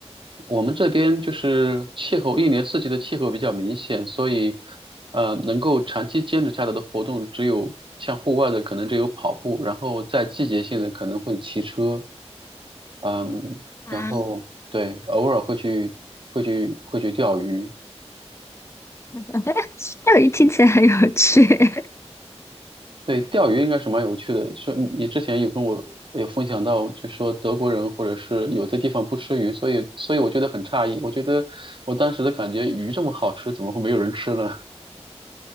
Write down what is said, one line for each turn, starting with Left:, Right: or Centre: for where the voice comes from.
Right: 我们这边就是气候，一年四季的气候比较明显，所以呃，能够长期坚持下来的活动只有像户外的可能只有跑步，然后在季节性的可能会骑车，嗯，
Left: 啊，
Right: 然后对，偶尔会去会去会去钓鱼，
Left: <laughs> 钓鱼听起来很有趣。
Right: 对，钓鱼应该是蛮有趣的。说你之前有跟我有分享到，就说德国人或者是有的地方不吃鱼，所以所以我觉得很诧异。我觉得我当时的感觉，鱼这么好吃，怎么会没有人吃呢？